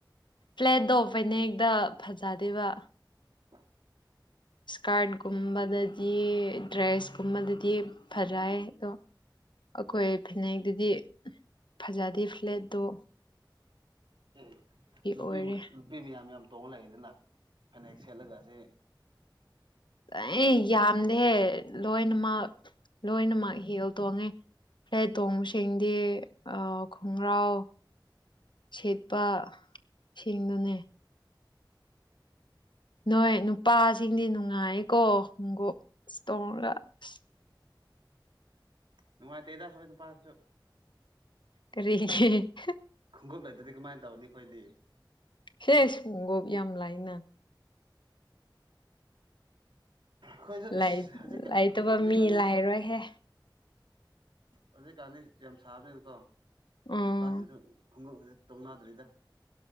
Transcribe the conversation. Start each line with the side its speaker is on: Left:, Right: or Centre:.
Left: ꯐꯂꯦꯗꯣ ꯐꯦꯅꯦꯛꯗ ꯐꯖꯗꯦꯕ꯫
Right: <inaudible>
Left: ꯏꯁꯀꯥꯔꯠꯒꯨꯝꯕꯗꯗꯤ ꯗ꯭ꯔꯦꯁꯀꯨꯝꯕꯗꯗꯤ ꯐꯖꯥꯏ ꯑꯗꯣ ꯑꯈꯣꯏ ꯐꯤꯅꯦꯛꯗꯗꯤ ꯐꯖꯗꯦ ꯐ꯭ꯂꯦꯠꯗꯣ ꯫
Right: ꯑꯦ ꯅꯨꯄꯤ
Left: ꯑꯣꯏꯔꯦ
Right: ꯅꯨꯄꯤ ꯃꯌꯥꯝ ꯃꯌꯥꯝ ꯇꯣꯡꯉ ꯂꯩꯗꯅ ꯐꯅꯦꯛ ꯁꯦꯠꯂꯒ ꯁꯦ
Left: ꯑꯦ ꯌꯥꯝꯗꯦ ꯂꯣꯏꯅꯃꯛ ꯂꯣꯏꯅꯃꯛ ꯍꯦꯜ ꯇꯣꯡꯉꯦ꯫ ꯐꯂꯦꯠ ꯇꯣꯡꯕꯁꯤꯡꯗꯤ ꯑ ꯈꯣꯡꯒ꯭ꯔꯥꯎ꯫ ꯁꯦꯞꯄ ꯁꯤꯡꯅꯨꯅꯦ ꯅꯣꯏ ꯅꯨꯄꯥꯁꯤꯡꯗꯤ ꯅꯨꯡꯉꯥꯏꯌꯦꯀꯣ ꯈꯣꯡꯒꯨꯞ ꯑꯁ ꯇꯣꯡꯔꯒ꯫ ꯑꯁ
Right: ꯅꯨꯡꯉꯥꯏꯇꯦꯗ ꯈꯣꯏ ꯅꯨꯄꯥꯁꯨ꯫
Left: ꯀꯔꯤꯒꯤ ꯫
Right: ꯈꯨꯡꯒꯨꯞ ꯂꯩꯇꯗꯤ ꯀꯃꯥꯏ ꯇꯧꯅꯤ ꯈꯣꯏꯗꯤ꯫
Left: ꯍꯦꯁ ꯈꯨꯡꯒꯨꯞ ꯌꯥꯝ ꯂꯥꯏꯅ ꯫
Right: ꯈꯣꯏꯖꯨ
Left: ꯂꯩ
Right: ꯑꯁ ꯍꯧꯖꯤꯛꯀ
Left: ꯂꯩꯇꯕ
Right: ꯍꯧꯖꯤꯛꯀꯥꯟꯗꯤ
Left: ꯃꯤ ꯂꯩꯔꯣꯏꯍꯦ
Right: ꯍꯧꯖꯤꯛꯀꯥꯟꯗꯤ ꯌꯥꯝ ꯁꯥꯕꯅꯤꯅꯀꯣ꯫
Left: ꯎꯝ
Right: ꯅꯨꯄꯥꯁꯤꯁꯨ ꯈꯣꯡꯎꯞꯍꯦ ꯇꯧꯅꯗ꯭ꯔꯤꯗ